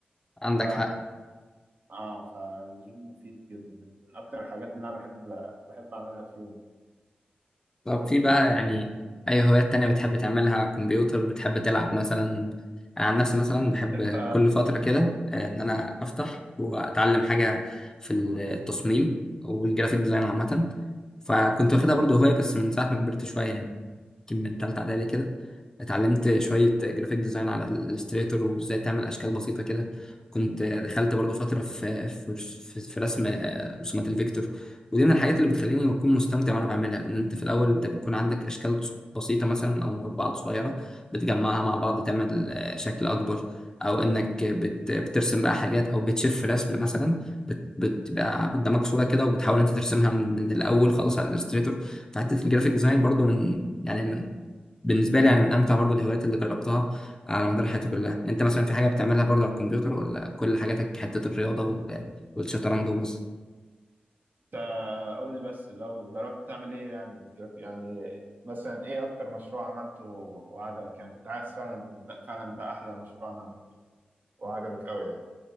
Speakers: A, on the left; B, on the right.
A: عندك
B: ف
A: حق
B: اه فالجيم مفيد جدا من اكتر الحاجات اللي انا بحب بحب اعملها في يوم
A: طب في بقى يعني أي هوايات تانية بتحب تعملها على الكمبيوتر بتحب تلعب مثلا أنا عن نفسي مثلا بحب
B: انت
A: كل فترة كده آه، إن أنا أفتح وأتعلم حاجة في التصميم والجرافيك ديزاين عامة فكنت واخدها برضه هواية بس من ساعة ما كبرت شوية يعني يمكن من تالتة إعدادي كده اتعلمت شوية جرافيك ديزاين على الإليستريتور وإزاي تعمل أشكال بسيطة كده كنت دخلت برضه فترة في في, في, في رسم آه، رسومات الفيكتور ودي من الحاجات اللي بتخليني اكون مستمتع وانا بعملها لان انت في الاول انت بيكون عندك اشكال ص- بسيطه مثلا او مربعات صغيره بتجمعها مع بعض تعمل آه، شكل اكبر او انك بت بترسم بقى حاجات او بتشف في رسم مثلا بت- بتبقى قدامك صوره كده وبتحاول انت ترسمها من من الاول خالص على الالستريتور فحته الجرافيك ديزاين برضو من يعني من بالنسبه لي يعني من امتع برضو الهوايات اللي جربتها على مدار حياتي كلها انت مثلا في حاجه بتعملها برضو على الكمبيوتر ولا كل حاجاتك حته الرياضه وال- والشطرنج وبس
B: انت قول لي بس لو جربت تعمل ايه يعني بالجرافيك يعني مثلا ايه اكتر مشروع عملته وعجبك يعني كنت عايز فعلا ده فعلا ده احلى مشروع انا عملته وعجبك قوي يعني